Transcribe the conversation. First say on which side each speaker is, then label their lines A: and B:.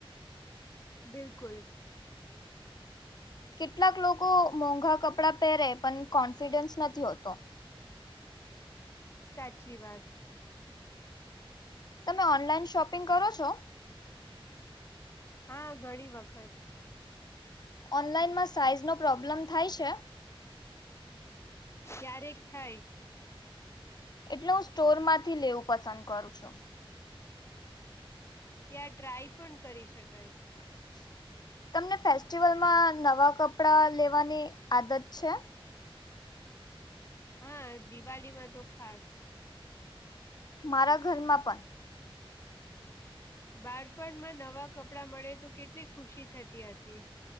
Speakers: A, on the left; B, on the left.
A: બિલકુલ
B: કેટલાક લોકો મોંઘા કપડાં પહેરે પણ કોન્ફિડન્સ નથી હોતો
A: સાચી વાત
B: તમે ઓનલાઈન શોપિંગ કરો છો.
A: હા ઘણી વખત
B: ઓનલાઈનમાં સાઈઝનો પ્રોબ્લેમ થાય છે.
A: ક્યારેક થાય.
B: એટલે હું સ્ટોર માંથી લેવું પસંદ કરું છુ.
A: ત્યાં ટ્રાય પણ કરી શકાય
B: <unintelligible> તમને ફેસ્ટિવલમાં નવા કપડાં લેવાની આદત છે.
A: હા, દિવાળીમા તો ખાસ
B: મારા ઘરમાં પણ
A: બાળપણમાં નવા કપડાં મળે તો કેટલી ખુશી થતી હતી.